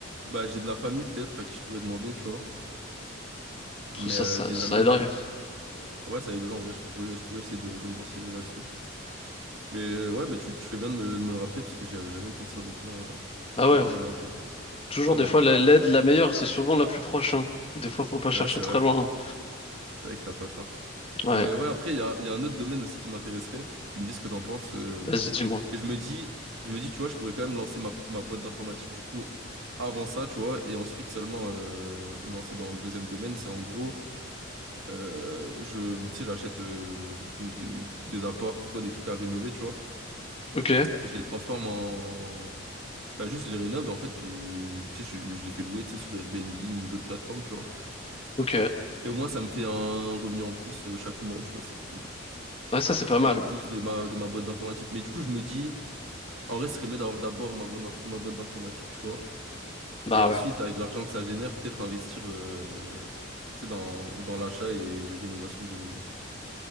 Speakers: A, on the right; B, on the left.
A: bah, j'ai de la famille, peut-être, à qui je pourrais demander, tu vois.
B: Ça,
A: Mais euh,
B: ça,
A: des
B: ça
A: amis,
B: aiderait.
A: non. Ouais, ça aiderait en vrai, je pourrais, je pourrais essayer de, de me renseigner là-dessus. Mais euh, ouais, bah, tu, tu fais bien de me, de me le rappeler parce que j'y avais jamais pensé honnêtement. euh,
B: Ah
A: tu
B: ouais.
A: fais bien de me le rappeler là.
B: Toujours
A: Ouais,
B: des
A: vraiment.
B: fois, la- l'aide la meilleure, c'est souvent la plus proche, hein. Des fois, faut pas chercher
A: Ouais, c'est
B: très
A: vrai.
B: loin.
A: C'est vrai que t'as pas tort.
B: hein. Ouais.
A: Mais ouais, après, il y a, il y a un autre domaine aussi qui m'intéresserait. Tu me dis ce que t'en penses. euh,
B: Vas-y, dis-moi.
A: Mais je me dis, je me dis, tu vois, je pourrais quand même lancer ma, ma boîte d'informatique du coup avant ça, tu vois, et ensuite seulement euh, me lancer dans le deuxième domaine. C'est en gros, euh, je, tu sais, j'achète euh, donc des, des apparts ou quoi, des trucs à rénover, tu vois.
B: Ok.
A: Et je les transforme en... Bah juste, je les rénove. En fait, j'ai- tu sais, je, je les fais louer, tu sais, sur Airbnb ou d'autres plateformes, tu vois.
B: Ok.
A: Et au moins, ça me fait un revenu en plus euh, chaque mois, tu vois, c'est cool.
B: Ouais, ça, c'est pas mal.
A: En plus de ma, de ma boîte d'informatique. Mais du coup, je me dis, en vrai, ce serait mieux d'avoir d'abord ma boîte d'inf- ma boîte d'informatique, tu vois.
B: Bah
A: Et ensuite,
B: ouais.
A: avec l'argent que ça génère, peut-être investir euh, tu sais, dans, dans l'achat et rénovation de,